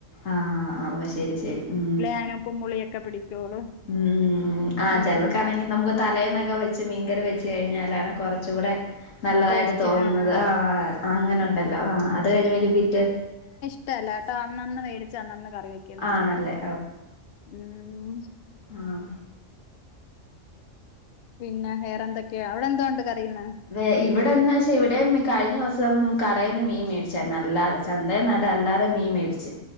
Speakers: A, on the left; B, on the left.
A: ആഹ് ആഹ് അ ശെരി ശെരി ഉം
B: അതിന് ഉപ്പും പുളിയൊക്കെ പിടിക്കോളൂ.
A: ഉം ആഹ്
B: ഉം
A: ചെലർക്കാണെങ്കി നമക്ക് തലേന്നൊക്കെ വെച്ച മീൻകറി വെച്ചയിഞ്ഞാലാണ് കെറച്ചൂടെ നല്ലതായിട്ട്
B: ടേസ്റ്റ്
A: തോന്നുന്നത്.
B: ആഹ്
A: ആഹ് അങ്ങനെ
B: ആഹ്
A: ഇണ്ടല്ലോ ആഹ് അത് കഴിഞ്ഞന്റെ പിറ്റേന്ന്
B: ഷ്ടല്ലാട്ടോ അന്നെന്ന് മേടിച്ച് അന്നന്ന് കറി വെക്ക്ന്ന
A: ആണല്ലേ
B: ഇഷ്ടം. ഉം
A: ആഹ്
B: പിന്നെ വേറെന്തൊക്കെയാ? അവിടെ എന്തോണ്ട് കറികള്?
A: വേ ഇവിടെന്താച്ച ഇവിടേം കഴിഞ്ഞസം കടേയ്ന്ന് മീൻമേടിച്ചയിര്ന്ന് അല്ലാത ചന്തേന്നല്ല അല്ലാതെ മീൻ മേടിച്ച്.